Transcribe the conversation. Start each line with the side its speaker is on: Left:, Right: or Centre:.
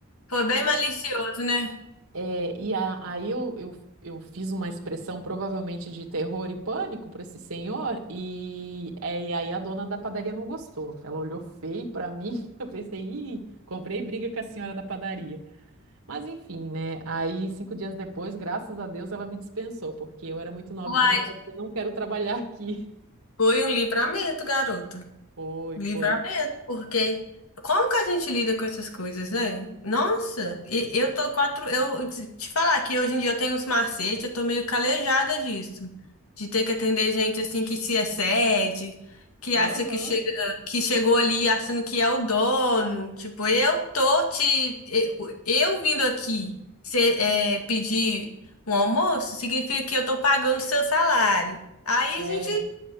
Left: foi bem malicioso, né?
Right: É, e a- aí eu, eu, eu fiz uma expressão provavelmente de terror e pânico para esse senhor, e, é, e aí a dona da padaria não gostou. Ela olhou feio para mim. <laughs> Eu pensei, ih, comprei briga com a senhora da padaria. Mas enfim, né? Aí cinco dias depois, graças a Deus, ela me dispensou, porque eu era muito novinha
Left: Uai,
Right: para dizer, não quero trabalhar aqui.
Left: foi um livramento, garoto.
Right: <laughs> Foi,
Left: Livramento,
Right: foi.
Left: porque como que a gente lida com essas coisas, né? Nossa, e- eu tô quatro. Eu te te falar que hoje em dia eu tenho uns macetes, eu tô meio calejada disso. De ter que atender gente assim que se excede, que
Right: Aham.
Left: acha que chega, que chegou ali achando que é o dono. Tipo, eu tô te. Eu, eu vindo aqui cê- é, pedir um almoço significa que eu tô pagando seu salário. Aí
Right: É,
Left: a gente